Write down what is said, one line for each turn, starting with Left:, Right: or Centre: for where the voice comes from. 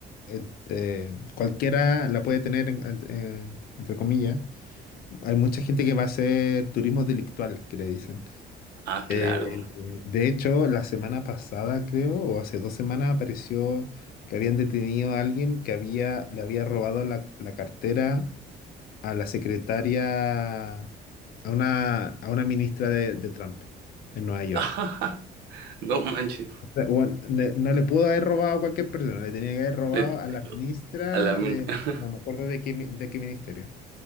Left: eh, eh, cualquiera la puede tener, en- en- eh, entre comillas, hay mucha gente que va a hacer turismo delictual, que le dicen.
Right: Ah, claro.
Left: Eh, de hecho, la semana pasada, creo, o hace dos semanas, apareció que habían detenido a alguien que había, le había robado la, la cartera a la secretaria, a una, a una ministra de, de Trump en Nueva York.
Right: <laughs> No manches.
Left: O sea, bueno, ne- no le pudo haber robado a cualquier persona, le tenía que haber robado
Right: Le-
Left: a la ministra
Right: A la min-
Left: de,
Right: <laughs>
Left: no me acuerdo de qué, mi- de qué ministerio.